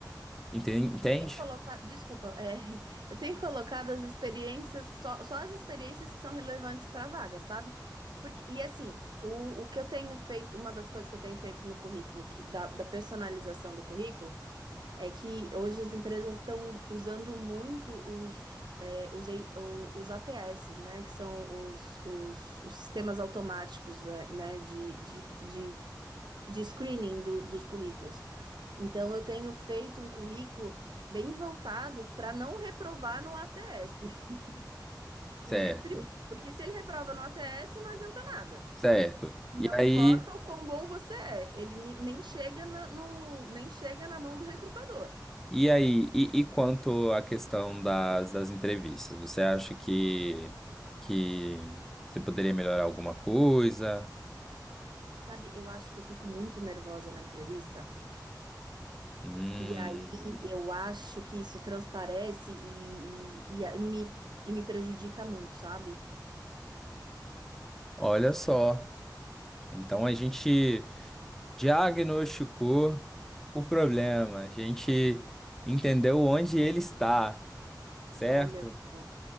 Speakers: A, in the centre; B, on the right.
A: enten- entende?
B: Eu tenho colocado, desculpa, é, <laughs> eu tenho colocado as experiências, só, só as experiências que são relevantes para a vaga, sabe? Porque, e assim, o, o que eu tenho feito, uma das coisas que eu tenho feito no currículo, que, da, da personalização do currículo, é que hoje as empresas estão usando muito os, é, os, E- o- os ATS, né? Que são os, os, os sistemas automáticos, é, né, de, de, de, de screening do- dos currículos. Então, eu tenho feito um currículo bem voltado para não reprovar no ATS. <laughs>
A: Certo,
B: O De primeiro, porque se ele reprova no ATS, não adianta nada.
A: certo.
B: Não
A: E aí.
B: importa o quão bom você é, ele nem nem chega na, no, nem chega na mão do recrutador.
A: E aí, e, e quanto à questão das, das entrevistas, você acha que, que você poderia melhorar alguma coisa?
B: Sabe, eu acho que eu fico muito nervosa na entrevista.
A: Hum,
B: E aí eu acho que isso transparece e, e, e a- me, e me prejudica muito, sabe?
A: olha só. Então a gente diagnosticou o problema, a gente entendeu onde ele está, certo?
B: Olha, só,